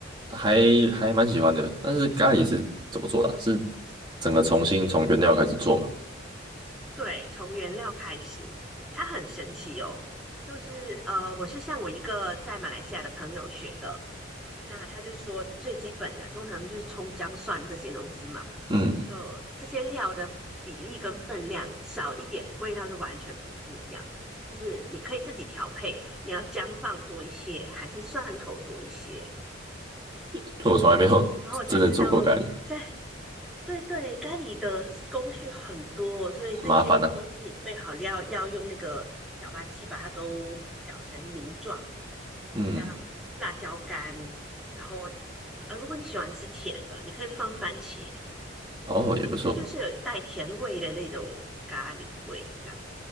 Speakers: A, on the right; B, in the centre.
A: 还还蛮喜欢的，但是咖喱是怎么做的啊是整个重新从原料开始做吗？
B: 对，从原料开始，它很神奇哦。就是呃，我是向我一个在马来西亚的朋友学的，那他就说最基本的，通常就是葱姜蒜这些东西嘛。
A: 嗯，
B: 就这些料的比例跟分量少一点，味道就完全不一样。就是你可以自己调配，你要姜放多一些，还是蒜头多一些这样。嗯，
A: 因为我从来没有真的做过咖喱，
B: 然后我才知道在，对对，咖喱的工序很多，所以这些东西你备好料要用那个搅拌器把它都搅成泥状，
A: 很麻烦啊。
B: 好像辣椒干。
A: 嗯，
B: 然后，呃，如果你喜欢吃甜的，你可以放番茄，
A: 哦，也不错。
B: 它就是有带甜味的那种咖喱味这样。